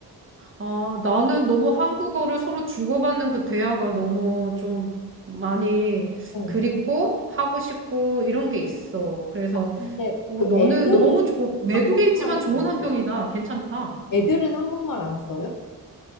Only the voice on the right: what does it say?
아, 나는 너무 한국어를 서로 주고받는 그 대화가 너무 좀 많이
그립고 하고 싶고 이런 게 있어. 그래서
어,
너는
너무 좋 외국에
있지만 좋은
환경이다.
괜찮다.